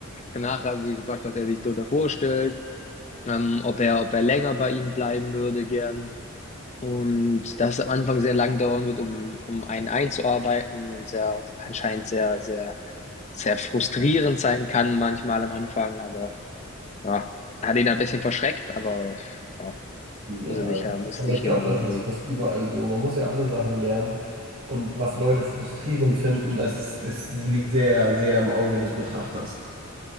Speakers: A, on the left; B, on the right.
A: danach haben sie gefragt, was er sich darunter vorstellt, ähm, ob er, ob er länger bei ihm bleiben würde, gern. Und dass es am Anfang sehr lang dauern wird, um, um einen einzuarbeiten und sehr, anscheinend sehr, sehr, sehr frustrierend sein kann manchmal am Anfang, aber ja, hat ihn ein bisschen verschreckt, aber ja,
B: Ja,
A: muss er sich
B: gut.
A: ja, muss
B: aber
A: er sich
B: ich glaube,
A: genau
B: das
A: überlegen.
B: ist fast überall so. Man muss ja alle Sachen lernen. Und was Leute frustrierend finden, das ist, ist, liegt sehr, sehr im Auge des Betrachters.